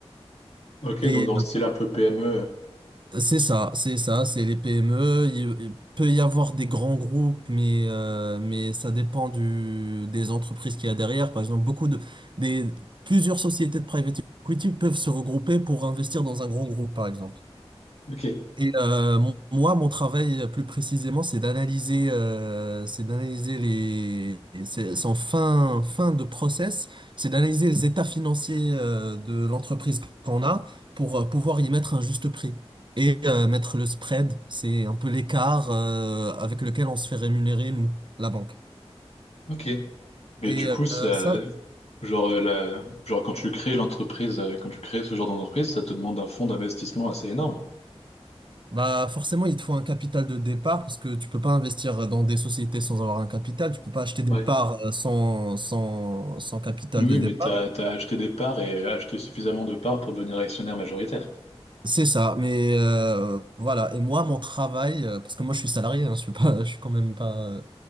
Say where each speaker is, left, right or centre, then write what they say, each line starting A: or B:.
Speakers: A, on the left (about 80°); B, on the right (about 50°).
A: Ok,
B: Et
A: donc dans le style un peu PME. euh,
B: C'est ça, c'est ça, c'est les PME. Il, il peut y avoir des grands groupes, mais, euh, mais ça dépend du, des entreprises qu'il y a derrière. Par exemple, beaucoup de, des, plusieurs sociétés de private equity peuvent se regrouper pour investir dans un grand groupe, par exemple.
A: Ok.
B: Et euh, mon- moi, mon travail euh, plus précisément, c'est d'analyser, euh, c'est d'analyser les, et c'est c'est en fin, fin de process, c'est d'analyser les états financiers euh, de l'entreprise qu'on a pour euh, pouvoir y mettre un juste prix et euh, mettre le spread, c'est un peu l'écart euh, avec lequel on se fait rémunérer nous, la banque.
A: Ok. Mais
B: Et
A: du coup, ça...
B: euh, ça,
A: Genre, euh, la... genre, quand tu crées l'entreprise, euh, quand tu crées ce genre d'entreprise, ça te demande un fonds d'investissement assez énorme.
B: Bah forcément, il te faut un capital de départ parce que tu peux pas investir dans des sociétés sans avoir un capital. Tu peux pas acheter des
A: Ouais.
B: parts euh, sans, sans, sans capital
A: Oui, oui,
B: de départ.
A: mais t'as, t'as acheté des parts et acheté suffisamment de parts pour devenir actionnaire majoritaire.
B: C'est ça. Mais euh, voilà. Et moi, mon travail, euh, parce que moi, je suis salarié, hein, je suis pas, <laughs> je suis quand même pas euh,